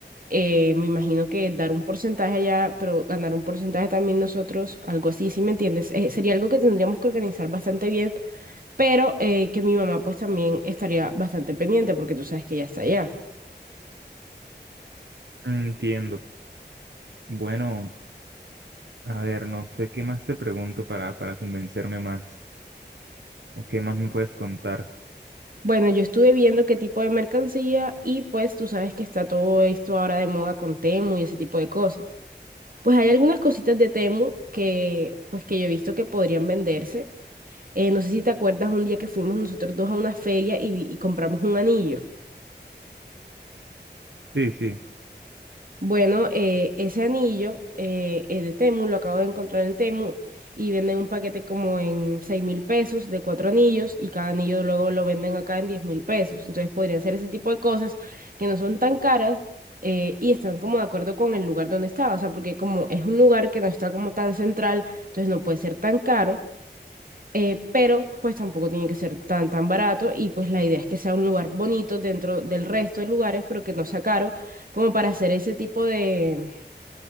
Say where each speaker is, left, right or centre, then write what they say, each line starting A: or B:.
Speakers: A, on the right (about 50°); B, on the right (about 80°).
A: eh, me imagino que dar un porcentaje allá, pero ganar un porcentaje también nosotros, algo así, ¿sí me entiendes? Eh, sería algo que tendríamos que organizar bastante bien, pero eh, que mi mamá pues también estaría bastante pendiente porque tú sabes que ella está allá.
B: Entiendo. Bueno, a ver, no sé qué más te pregunto para, para convencerme más, o qué más me puedes contar.
A: Bueno, yo estuve viendo qué tipo de mercancía y pues tú sabes que está todo esto ahora de moda con Temu y ese tipo de cosas. Pues hay algunas cositas de Temu que pues que yo he visto que podrían venderse. Eh, no sé si te acuerdas un día que fuimos nosotros dos a una feria y, vi- y compramos un anillo.
B: Sí, sí.
A: Bueno, eh, ese anillo eh, es de Temu, lo acabo de encontrar en Temu y venden un paquete como en seis mil pesos de cuatro anillos y cada anillo luego lo venden acá en diez mil pesos. Entonces podrían ser ese tipo de cosas que no son tan caras eh, y están como de acuerdo con el lugar donde está. O sea, porque como es un lugar que no está como tan central, entonces no puede ser tan caro eh, pero pues tampoco tiene que ser tan tan barato y pues la idea es que sea un lugar bonito dentro del resto de lugares, pero que no sea caro, como para hacer ese tipo de,